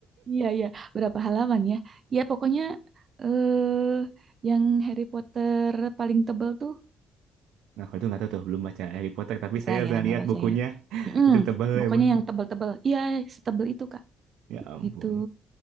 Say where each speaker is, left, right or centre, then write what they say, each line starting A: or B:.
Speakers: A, on the right (about 45°); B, on the right (about 85°).
A: iya iya berapa halaman ya ya pokoknya eh yang Harry Potter paling tebel tuh
B: Nah, kalau itu nggak tahu tuh, belum baca Harry Potter, tapi
A: Enggak
B: saya udah
A: ya, enggak
B: lihat
A: baca
B: bukunya.
A: ya.
B: <laughs>
A: Mm,
B: Itu tebal
A: pokoknya
B: emang.
A: yang tebel-tebel. Iya, setebel itu, Kak.
B: Ya ampun.
A: Gitu.